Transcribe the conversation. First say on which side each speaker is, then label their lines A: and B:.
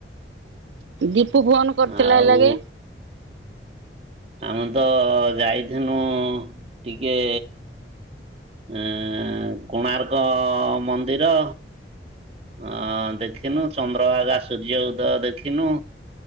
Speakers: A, on the right; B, on the right.
A: ଦି ପୁ ଫୋନ କରିଥିଲା
B: ଆଉ
A: ଏଇ ଲାଗେ।
B: ଆମେ ତ ଯାଇଥିନୁ ଟିକେ ଏଁ କୋଣାର୍କ ମନ୍ଦିର। ଅ ଦେଖିନୁ ଚନ୍ଦ୍ରଭାଗା ସୂର୍ଯ୍ୟ ଉଦୟ ଦେଖିନୁ।